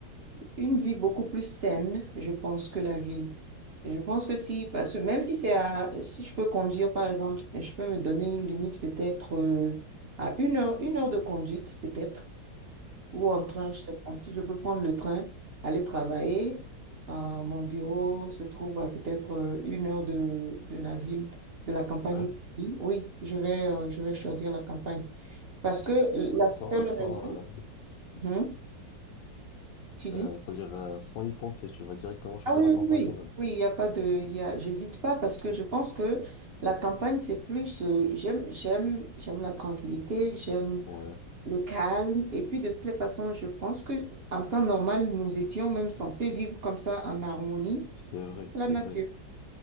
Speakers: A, on the right; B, on the left.
A: une vie beaucoup plus saine, je pense, que la ville. Je pense que si, parce que même si c'est à, si je peux conduire, par exemple, je peux me donner une limite peut-être euh, à une heure, une heure de conduite peut-être, ou en train, je sais pas, si je peux prendre le train, aller travailler, euh, mon bureau se trouve à peut-être euh, une heure de, de la ville, de la campagne.
B: Ouais.
A: où je vis. Oui, je vais, euh, je vais choisir la campagne. Parce que
B: Sans,
A: la
B: sans,
A: seule
B: sans,
A: raison,
B: euh,
A: Hum, tu dis?
B: euh, c'est-à-dire euh, sans y penser, tu vas directement choisir
A: Ah oui,
B: la campagne
A: oui, oui,
B: quand même.
A: Oui, il y a pas de, il y a, j'hésite pas parce que je pense que la campagne, c'est plus, euh, j'aime, j'aime, j'aime la tranquillité, j'aime
B: Ouais,
A: le calme. Et puis, de toutes les façons, je pense que en temps normal, nous étions même censés vivre comme ça en harmonie,
B: c'est vrai,
A: avec
B: c'est
A: la nature.
B: vrai,